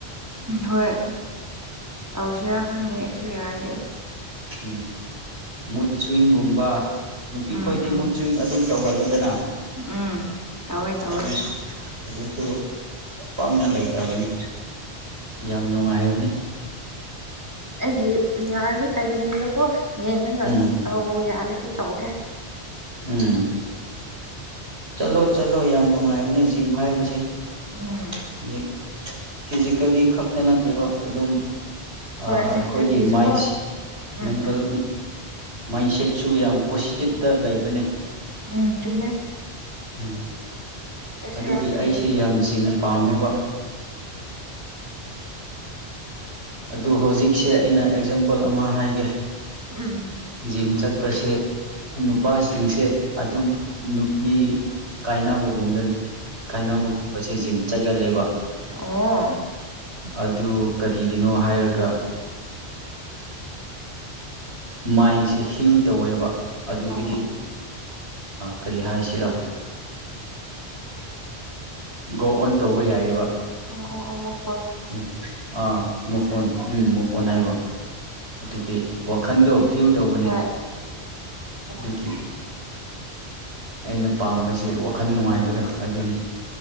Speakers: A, on the right (about 15°); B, on the right (about 75°).
A: ꯍꯣꯏ ꯇꯧꯁꯤꯔꯥ ꯈꯪꯗꯦ ꯑꯩꯁꯨ ꯌꯥꯔꯗꯤ
B: ꯎꯝ ꯃꯨꯠ ꯁ꯭ꯋꯤꯡꯒꯨꯝꯕ ꯅꯨꯄꯤ
A: ꯎꯝ
B: ꯈꯣꯏꯗꯤ
A: ꯎꯝ
B: ꯃꯨꯠ ꯁ꯭ꯋꯤꯡ ꯑꯗꯨꯝ ꯇꯧꯒꯜꯂꯦꯗꯅ
A: ꯎꯝ ꯇꯧꯋꯦ ꯇꯧꯋꯦ
B: ꯑꯗꯨꯁꯨ ꯑꯗꯨꯁꯨ ꯄꯝꯅ ꯂꯩꯇꯕꯅꯤ ꯌꯥꯝ ꯅꯨꯡꯉꯥꯏꯕꯅꯦ
A: ꯑꯩꯒꯤꯦ ꯌꯥꯔ ꯇꯥꯏꯃꯤꯗꯒꯣ ꯌꯦꯉꯠꯇ
B: ꯎꯝ
A: ꯌꯥꯔꯗꯤ ꯇꯧꯒꯦ
B: ꯎꯝ ꯆꯠꯂꯣ ꯆꯠꯂꯣ ꯌꯥꯝ ꯅꯨꯡꯉꯥꯏꯕꯅꯦ ꯖꯤꯝ ꯍꯥꯏꯕꯁꯦ ꯍꯧꯖꯤꯛ
A: ꯎꯝ
B: ꯐꯤꯖꯤꯀꯦꯜꯂꯤ ꯈꯛꯇ ꯅꯠꯇꯦꯕ ꯑꯗꯨꯝ
A: ꯍꯣꯏ
B: ꯑꯩꯈꯣꯏꯒꯤ
A: ꯃꯦꯟꯇꯦꯜꯂꯤꯁꯨ
B: ꯃꯥꯏꯟꯁ
A: ꯀꯣ ꯎꯝ
B: ꯃꯦꯟꯇꯦꯜ
A: ꯎꯝ
B: ꯃꯥꯏꯟꯁꯦꯠꯁꯨ ꯌꯥꯝ ꯄꯣꯖꯤꯇꯤꯞꯇ ꯂꯩꯕꯅꯦ
A: ꯎꯝ ꯆꯨꯝꯃꯦ
B: ꯎꯝ
A: ꯆꯠꯁꯤꯔꯥ
B: ꯑꯗꯨꯗꯤ
A: ꯈꯪꯗꯦ
B: ꯑꯩꯁꯦ
A: ꯑꯩꯁꯨ
B: ꯌꯥꯝ ꯖꯤꯝ ꯄꯥꯝꯃꯦꯕ ꯑꯗꯨ ꯍꯧꯖꯤꯛꯁꯦ ꯑꯩꯅ ꯑꯦꯛꯖꯥꯝ ꯊꯕꯛ ꯑꯃ ꯍꯥꯏꯒꯦ
A: ꯎꯝ
B: ꯖꯤꯝ ꯆꯠꯄꯁꯦ ꯅꯨꯄꯥꯁꯤꯡꯁꯦ ꯑꯗꯨꯝ ꯅꯨꯄꯤ ꯀꯥꯏꯅꯕꯒꯨꯝꯗ ꯈꯥꯏꯅꯕꯒꯨꯝꯁꯦ ꯖꯤꯝ ꯆꯠꯒꯂꯦꯕ
A: ꯑꯣ
B: ꯑꯗꯨ ꯀꯔꯤꯒꯤꯅꯣ ꯍꯥꯏꯔꯒ ꯃꯥꯏꯟꯁꯦ ꯍꯤꯜ ꯇꯧꯋꯦꯕ ꯑꯗꯨꯗꯒꯤ
A: ꯑꯣ
B: ꯀꯔꯤ ꯍꯥꯏꯁꯤꯔꯥ ꯒꯣ ꯑꯣꯟ ꯇꯧꯕ ꯌꯥꯏꯑꯕ
A: ꯑꯣ ꯑꯣ ꯑꯣ ꯃꯛ
B: ꯎꯝ ꯑꯥ ꯃ ꯐꯣꯟ ꯎꯝ ꯃ ꯐꯣꯟ ꯍꯥꯏꯕꯣ ꯑꯗꯨꯒꯤ ꯋꯥꯈꯜꯗꯣ ꯍꯜ ꯇꯧꯕꯅꯦ
A: ꯍꯣꯏ ꯎꯝ
B: ꯑꯗꯨꯒꯤ ꯑꯩꯅ ꯄꯥꯝꯁ ꯋꯥꯈꯜ ꯅꯨꯡꯉꯥꯏꯕꯗꯣ ꯑꯗꯨꯅꯤ